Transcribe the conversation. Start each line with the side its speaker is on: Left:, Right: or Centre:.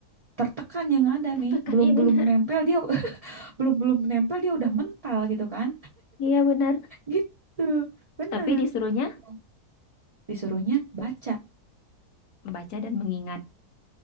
Right: tertekan yang ada
Left: <laughs>
Right: nih,
Left: tekan
Right: belum
Left: iya
Right: belum
Left: benar.
Right: nempel dia <laughs> belum belum nempel dia udah mental gitu kan?
Left: Iya benar.
Right: Gitu, bener.
Left: Tapi disuruhnya
Right: Yang disuruhnya baca,
Left: membaca dan mengingat.